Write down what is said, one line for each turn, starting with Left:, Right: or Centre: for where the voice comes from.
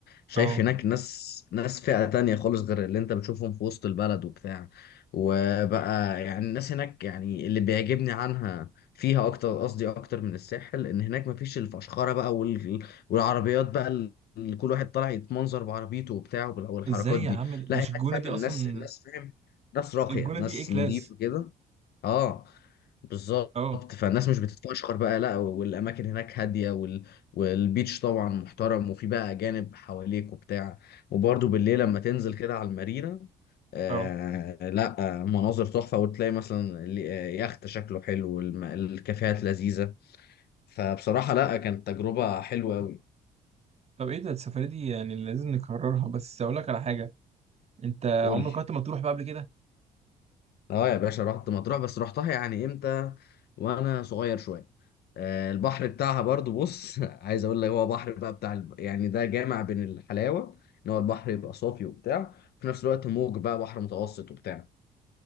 Left: شايف
Right: اه
Left: هناك ناس ناس فئة تانية خالص غير اللي انت بتشوفهم في وسط البلد وبتاع وبقى يعني الناس هناك يعني اللي بيعجبني عنها فيها اكتر قصدي اكتر من الساحل ان هناك مفيش الفشخرة بقى وال... والعربيات بقى ال- اللي كل واحد طالع يتمنظر بعربيته وبتاع وبال- والحركات
Right: ازاي يا
Left: دي
Right: عم
Left: لا
Right: مش
Left: هناك
Right: الجونة
Left: فعلا
Right: دي
Left: الناس
Right: اصلا
Left: الناس فاهم ناس راقية
Right: الجونة
Left: ناس
Right: دي ايه كلاس
Left: نظيفة كده اه بالظبط
Right: اه
Left: فالناس مش بتتفشخر بقى لا والاماكن هناك هاديه وال... والبيتش طبعا محترم وفي بقى اجانب حواليك وبتاع وبرده بالليل لما تنزل كده على المارينا آه
Right: اه
Left: لا آه مناظر تحفه وتلاقي مثلا ال- آه، يخت شكله حلو والم... الكافيهات لذيذه فبصراحه لا كانت تجربه حلوه قوي
Right: طب ايه ده السفرية دي يعني لازم نكررها بس اقول لك على حاجة انت عمرك
Left: قول لي
Right: رحت مطروح بقى قبل كده؟
Left: اه يا باشا رحت مطروح بس رحتها يعني امتى وانا صغير شويه آه، البحر بتاعها برضو بص <laughs> عايز اقول لك هو بحر بقى بتاع الب... يعني ده جامع بين الحلاوه ان هو البحر يبقى صافي وبتاع في نفس الوقت موج بقى بحر متوسط وبتاع